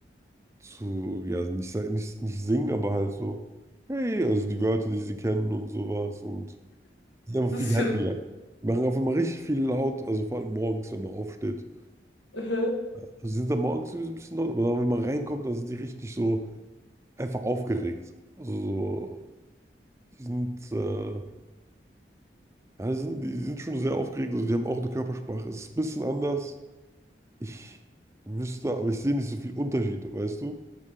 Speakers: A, on the right; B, on the left.
A: zu, ja, nicht, sa- nicht, nicht singen, aber halt so, hey, also die Wörter, die sie kennen und sowas und sind einfach
B: Das
A: viel happier.
B: ist ja
A: Die machen auf einmal richtig viel laut, also vor allem morgens, wenn man aufsteht.
B: süß.
A: Also sie sind dann morgens sowieso ein bisschen laut, aber dann, wenn man reinkommt, dann sind die richtig so. einfach aufgeregt. Also, so, die sind, äh, ja, die sind, die sind schon sehr aufgeregt. Also, die haben auch eine Körpersprache. Es ist ein bisschen anders. Ich wüsste, aber ich sehe nicht so viel Unterschied, weißt du?